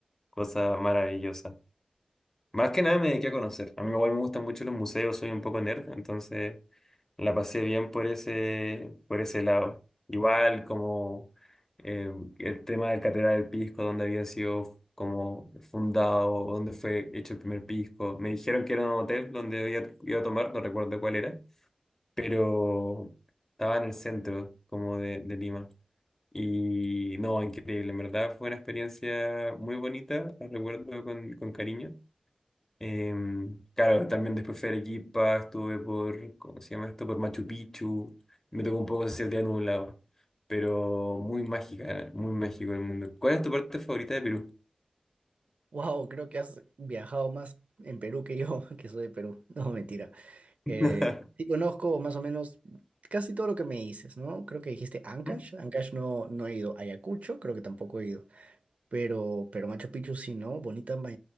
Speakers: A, on the left; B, on the right.
A: cosa maravillosa. Más que nada me dediqué a conocer. A mí igual me gustan mucho los museos, soy un poco nerd, entonces la pasé bien por ese, por ese lado. Igual como eh, el tema del Catedral del Pisco, donde había sido como fundado, donde fue hecho el primer pisco. Me dijeron que era un hotel donde iba, iba a tomar, no recuerdo cuál era, pero estaba en el centro como de, de Lima. Y no, increíble, en verdad fue una experiencia muy bonita, la recuerdo con con cariño. Em, claro, también después fui a Arequipa, estuve por, ¿cómo se llama esto? Por Machu Picchu. Me tocó un poco ese día nublado, pero muy mágica, ¿eh? muy mágico el mundo. ¿Cuál es tu parte favorita de Perú?
B: Wow, creo que has viajado más en Perú que yo, <laughs> que soy de Perú. No, mentira. Eh,
A: <laughs>
B: sí conozco más o menos casi todo lo que me dices, ¿no? Creo que dijiste Ancash.
A: ¿Mm?
B: Ancash no, no he ido. Ayacucho, creo que tampoco he ido. Pero, pero Machu Picchu sí, ¿no? Bonita ma-